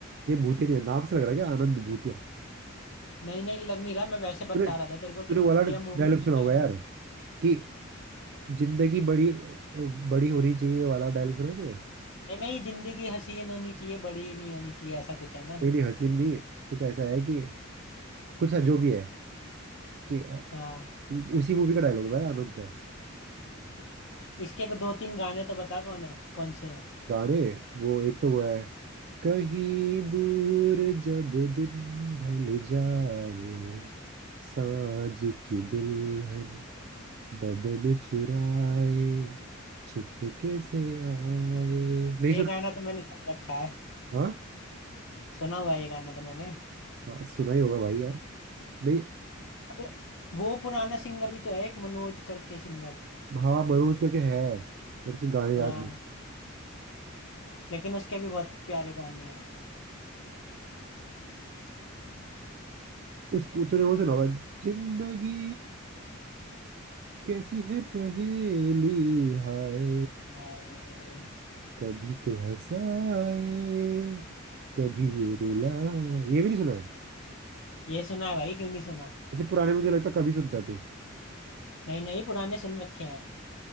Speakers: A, on the right (about 50°); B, on the left (about 65°).
A: ये भूतिया नहीं है नाम से लग रहा है क्या आनंद भूतिया
B: नहीं नहीं लग नहीं रहा मैं वैसे
A: तूने
B: बता
A: तूने
B: रहा था तेरे को कि भूतिया
A: वो वाला
B: मूवी
A: डायलॉग
B: होने
A: सुना
B: जा
A: होगा
B: रहे
A: यार
B: हैं
A: कि जिंदगी बड़ी बड़ी होनी चाहिए ये वाला डायलॉग सुना है तूने
B: नहीं नहीं जिंदगी हसीन होनी चाहिए बड़ी नहीं होनी चाहिए ऐसा कुछ है ना
A: नहीं नहीं हसीन नहीं है कुछ ऐसा है कि कुछ है जो भी है कि अ,
B: हाँ
A: उसी मूवी का डायलॉग है भाई आनंद का
B: इसके दो तीन गाने तो बता कौन है कौन से हैं
A: गाने वो एक तो वो है कहीं दूर जब दिन ढल जाए साँझ की दुल्हन बदन चुराए चुपके से आए नहीं
B: ये
A: सुन
B: गाना तो मैंने सुन रखा है
A: हाँ
B: सुना हुआ है ये गाना तो मैंने
A: हाँ सुना ही होगा भाई यार नहीं
B: अबे वो पुराना सिंगर भी तो है एक मनोज करके सिंगर
A: हाँ मनोज करके है मेरे से गाने याद
B: हाँ
A: नहीं
B: लेकिन उसके भी बहुत प्यारे गाने हैं
A: उसको तूने वो सुना होगा जिंदगी कैसी है पहेली हाय
B: हाय,
A: कभी तो हंसाए कभी ये रुलाए ये भी नहीं सुना है
B: ये सुना है भाई क्यों नहीं सुना
A: मतलब पुराने मुझे लगता है कभी सुनता है तू
B: नहीं नहीं पुराने सुन रखे हैं